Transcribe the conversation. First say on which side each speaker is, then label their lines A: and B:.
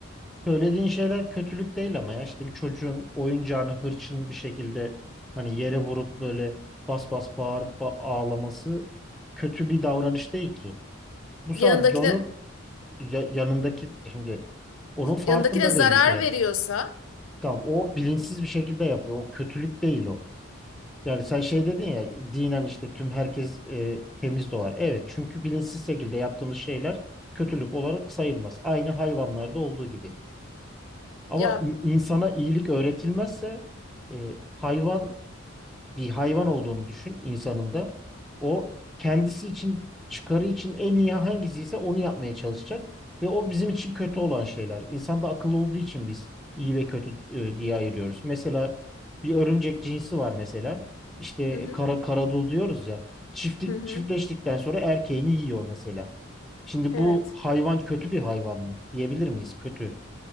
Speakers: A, in the centre; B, on the left.
A: Söylediğin şeyler kötülük değil ama ya işte bir çocuğun oyuncağını hırçın bir şekilde hani yere vurup böyle bas bas bağırıp ba- ağlaması kötü bir davranış değil ki. Bu
B: Yanındakine
A: sadece onun ya- yanındaki şimdi onun farkında
B: yanındakine zarar
A: değil bir kere.
B: veriyorsa
A: Tamam o bilinçsiz bir şekilde yapıyor. O kötülük değil o. Yani sen şey dedin ya dinen işte tüm herkes e, temiz doğar. Evet çünkü bilinçsiz şekilde yaptığımız şeyler kötülük olarak sayılmaz. Aynı hayvanlarda olduğu gibi. Ama
B: ya
A: i- insana iyilik öğretilmezse e, hayvan bir hayvan olduğunu düşün insanın da. O kendisi için çıkarı için en iyi hangisi ise onu yapmaya çalışacak. Ve o bizim için kötü olan şeyler. İnsan da akıllı olduğu için biz iyi ve kötü e, diye ayırıyoruz. Mesela bir örümcek cinsi var mesela. İşte e,
B: hı hı
A: kara, karadul diyoruz ya. Çiftlik,
B: hı hı
A: çiftleştikten sonra erkeğini yiyor mesela. Şimdi
B: evet.
A: bu hayvan kötü bir hayvan mı? Diyebilir miyiz? Kötü.